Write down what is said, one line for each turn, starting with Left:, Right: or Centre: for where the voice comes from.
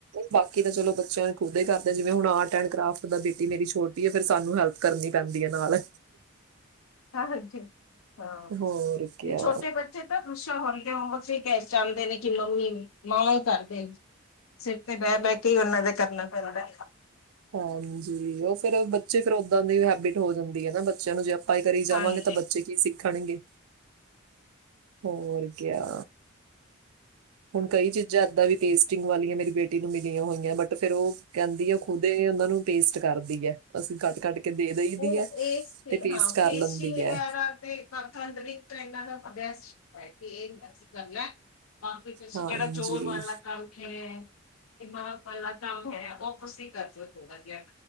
Right: ਬਾਕੀ ਤਾਂ ਚਲੋ ਬੱਚਿਆਂ ਨੂੰ ਖੁਦ ਹੀ ਕਰਦੇ ਜਿਵੇਂ ਹੁਣ ਆਰਟ ਐਡ ਕਰਾਫਟ ਦਾ ਬੇਟੀ ਮੇਰੀ ਛੋਟੀ ਫਿਰ ਸਾਨੂੰ ਹੈਲਪ ਕਰਨੀ ਪੈਂਦੀ ਹੈ ਨਾਲ
Left: ਹਾਂ ਹਾਂਜੀ ਹਾਂ
Right: ਹੋਰ ਕਿਆ
Left: ਇਹ ਛੋਟੇ ਬੱਚੇ ਜੀਦਾ ਦੁੱਸਾ ਹੋਲੀਡੇ ਹੋਮ ਵਰਕ ਕੱਚ ਹੀ ਟੇਸਟ ਚਲਦੇ ਨੇ ਕਿ ਮੰਮੀ ਮਾਵਾਂ ਹੀ ਕਰਦੇ ਸਿਰ ਤੇ ਬੈ ਬ ਕੇ ਹੀ ਉਹਨਾਂ ਦੇ ਕਰਨਾ ਪੈਂਦਾ ਹੈ
Right: ਹਾਂਜੀ ਉਹ ਫੇਿਰ ਬੱਚੇ ਫੇਿਰ ਓਦਾਂ ਦੀ ਹੈਬਿਟ ਹੋ ਜਾਂਦੀ ਹੈ ਨਾ ਬੱਚਿਆਂ ਨੂੰ ਜੇ ਪਾਈ ਕਰੀ
Left: ਹਾਂਜੀ
Right: ਜਾਵਾਂਗੇ ਤਾਂ ਬੱਚੇ ਕੀ ਸਿੱਖਣਗੇ ਹੋਰ ਕਿਆ ਹੁਣ ਕਈ ਚੀਜ਼ਾਂ ਏਦਾਂ ਵੀ ਟੇਸਟਿੰਗ ਵਾਲੀਆਂ ਮੇਰੀ ਬੇਟੀ ਨੂੰ ਮਿਲੀਆਂ ਹੋਈਆਂ ਬਟ ਫੇਿਰ ਉਹ ਕਹਿੰਦੀ ਆ ਖੁਦ ਏ ਉਹ ਨੂੰ ਪੇਸਟ ਕਰਦੀ ਹੈ ਅਸੀਂ ਕੱਟ ਕੱਟ ਕੇ ਦੇ ਦੇਈਦੀ
Left: ਉਹ
Right: ਹੈ
Left: ਇਸ
Right: ਤੇ ਪੇਸਟ
Left: ਹਾਂ
Right: ਕਰ
Left: ਪੇਸਟਿੰਗ
Right: ਲੈਂਦੀ
Left: ਵਗੈਰਾ
Right: ਹੈ
Left: ਤੇ ਤ ਅੰਤਰਰੀਤ ਇਹਨਾਂ ਦਾ ਅਭਿਆਸ ਕਿ ਇਹਸੀ ਗਲਾ <unintelligible> ਕਮ ਤੇ ਤੁਸੀਂ
Right: ਹਾਂਜੀ
Left: ਜਿਹੜਾ ਜ਼ੋਰ ਵਾਲਾ ਕਮ ਹੈ ਦਿਮਾਗ ਵਾਲਾ ਕਮ ਹੈ ਓਹ ਤੁਸੀ ਕਰ ਸਕਦੇ ਹੋ ਵਧੀਆ